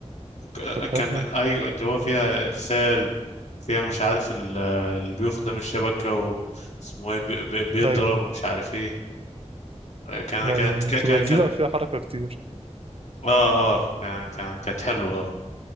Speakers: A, on the left; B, on the right.
A: ك-
B: طب
A: كان
B: حلو
A: ايوه اللي هو فيها ارسال فيها مش عارف ال- اللي بيقف قدام الشبكة واسمه ايه بي... بي- بيضرب
B: أيوه
A: ومش عارف ايه كان
B: أيوه
A: كانت
B: يعني
A: ك-
B: بتبقى
A: ك-
B: لذيذة
A: كانت
B: فيها حركة كتير
A: اه اه كان- كان- كانت حلوة